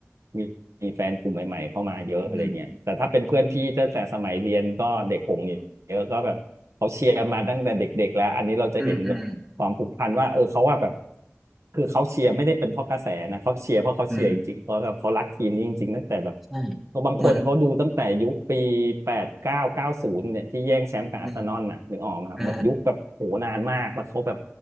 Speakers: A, on the right; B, in the centre.
A: มี มีแฟนกลุ่มใหม่ๆเข้ามาเยอะอะไรเงี้ยแต่ถ้าเป็นเพื่อนพี่ตั้งแต่สมัยเรียนก็เด็กหงเยอะก็แบบเขาเชียร์มาตั้งแต่เด็กๆแล้ว
B: อืม
A: อันนี้เราจะเห็นแบบความผูกพันว่าเออเขาว่าแบบ
B: อืมอืม
A: คือเขาเชียร์ไม่ได้เป็นเพราะกระแสนะเขาเชียร์เพราะเขาเชียร์จริงๆเพราะแบบเขารักทีมนี้จริงๆตั้งแต่แบบ
B: อืมใช่
A: เขาบางคนเขาดูตั้งแต่ยุคปีแปดเก้าเก้าศูนย์เนี่ยที่แย่งแชมป์กับอาร์เซนอลน่ะนึกออกไหมครับแบบยุคแบบโหนานมากแล้วเขาแบบ
B: เหมือนอืมอ่า